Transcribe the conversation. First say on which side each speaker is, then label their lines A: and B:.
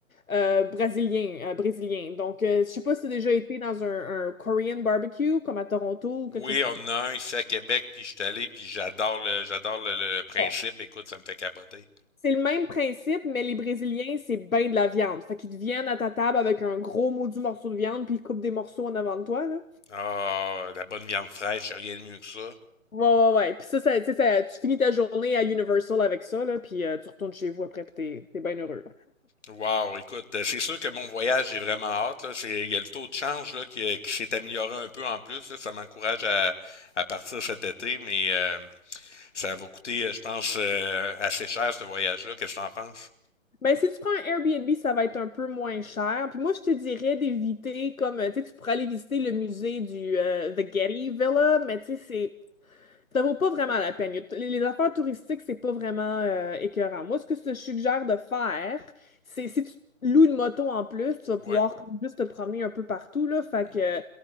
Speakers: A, on the left (about 85°); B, on the left (about 60°).
A: euh, brésilien, euh, brésilien. Donc, euh, je sais pas si tu as déjà été dans un, un Korean barbecue, comme à Toronto
B: Oui,
A: ou quelque chose comme
B: on en a un ici à Québec, puis je suis allé, puis j'adore le j'adore le, le principe.
A: ça.
B: Écoute, ça me fait capoter.
A: C'est le même principe, mais les Brésiliens, c'est ben de la viande. Fait qu'ils te viennent à ta table avec un gros maudit morceau de viande, puis ils coupent des morceaux en avant de toi, là.
B: Ah, la bonne viande fraîche, y a rien de mieux que ça.
A: Ouais, ouais, ouais. Puis ça, ça, tu sais, ça- tu finis ta journée à Universal avec ça, là, puis euh, tu retournes chez vous après, puis t'es, t'es bien heureux.
B: Wow, écoute, euh, c'est sûr que mon voyage, j'ai vraiment hâte, là. C'est, il y a le taux de change là, qui, euh, qui s'est amélioré un peu en plus. là. Ça m'encourage à, à partir cet été, mais euh, ça va coûter, euh, je pense, euh, assez cher ce voyage-là. Qu'est-ce que t'en penses?
A: Mais si tu prends un Airbnb, ça va être un peu moins cher. Puis moi, je te dirais d'éviter, comme, euh, tu sais, tu pourrais aller visiter le musée du euh, The Getty Villa, mais tu sais, c'est Ça vaut pas vraiment la peine. Il y a t- Les affaires touristiques, c'est pas vraiment euh, écœurant. Moi, ce que je te suggère de faire, c'est si tu loues une moto en plus, tu vas
B: Ouais.
A: pouvoir juste te promener un peu partout, là. Fait
B: Mm.
A: que,